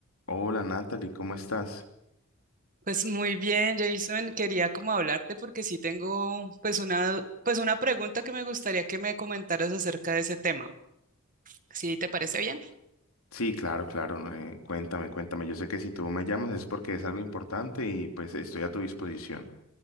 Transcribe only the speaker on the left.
Hola Natalie, ¿cómo estás?
Sí, claro, claro. eh, cuéntame, cuéntame. Yo sé que si tú me llamas es porque es algo importante y pues estoy a tu disposición.